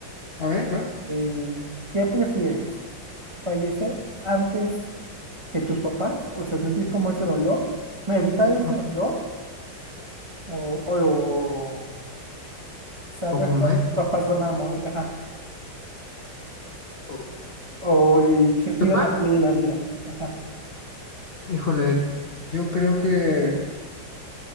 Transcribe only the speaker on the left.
A ver, vas.
Ok.
O como
es.
o-
Sopa,
híjole, yo creo que